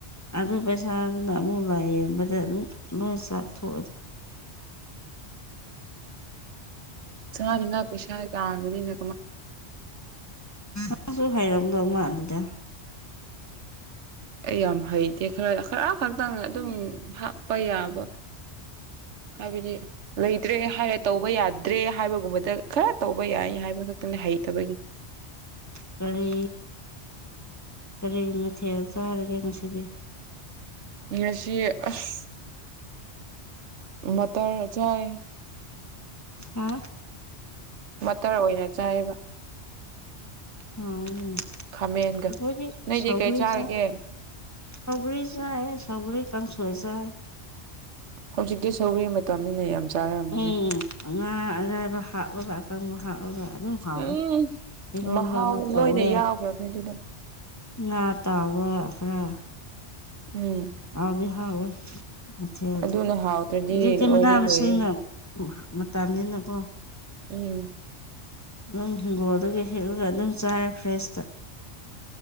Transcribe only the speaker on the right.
ꯆꯥꯅꯤꯡ ꯉ ꯄꯩꯁꯥ ꯀꯥꯡꯒꯅꯤꯅ
ꯑꯩ ꯌꯥꯝ ꯍꯩꯇꯦ ꯈꯔ ꯈꯔ ꯈꯛꯇꯪ ꯑꯗꯨꯝ ꯍꯥꯞꯄ ꯌꯥꯕ ꯍꯥꯏꯕꯗꯤ ꯂꯩꯇ꯭ꯔꯦ ꯍꯥꯏꯔꯦ ꯇꯧꯕ ꯌꯥꯗ꯭ꯔꯦ ꯍꯥꯏꯕꯒꯨꯝꯕꯗ ꯈꯔ ꯇꯧꯕ ꯌꯥꯏ ꯍꯥꯏꯕ ꯈꯛꯇꯪꯅꯦ ꯍꯩꯇꯕꯒꯤ
ꯉꯁꯤ ꯑꯁ ꯃꯠꯇꯟ ꯆꯥꯏ
ꯃꯇꯟ ꯑꯣꯏꯅ ꯆꯥꯏꯕ
ꯈꯥꯃꯦꯟꯒ
ꯅꯣꯏꯗꯤ
ꯀꯩ ꯆꯥꯔꯒꯦ
ꯍꯧꯖꯤꯛꯇꯤ ꯁꯧꯒꯔꯤ ꯃꯇꯝꯅꯤꯅ ꯌꯥꯝ ꯆꯥꯔꯝꯅꯤ
ꯎꯝ
ꯃꯍꯥꯎꯗꯣ
<unintelligible>
ꯎꯝ
ꯑꯗꯨꯅ ꯍꯥꯎꯇ꯭ꯔꯗꯤ
ꯋꯥꯔꯤ
ꯂꯣꯏꯔꯦ
ꯎꯝ